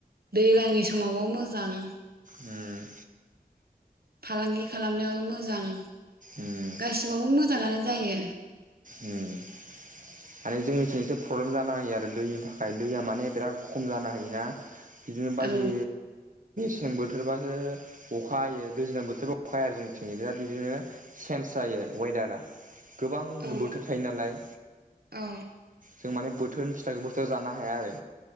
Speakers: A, on the right; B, on the right.
A: दैलांनि समावबो मोजां
B: उम
A: फालांगि खालामनायावबो मोजां
B: उम
A: गासिबावबो मोजाङानो जायो
B: ओम माने जोंनिथिं एसे प्रब्लेम जानो हायो आरो दैनि थाखाय दैया माने बिराद खम जाना होयोना बिदिनो बायदि
A: औ
B: सें बोथोरबासो अखा हायो दैज्लां बोथोरबा अखा हाया आरो जोंथिं बिराद बिदिनो चेन्स जायो वेदारा गोबां
A: औ
B: गुबु थ' थायो नालाय
A: औ
B: जों माने बोथोरनि फिथाइखौ बोथोराव जानो हाया आरो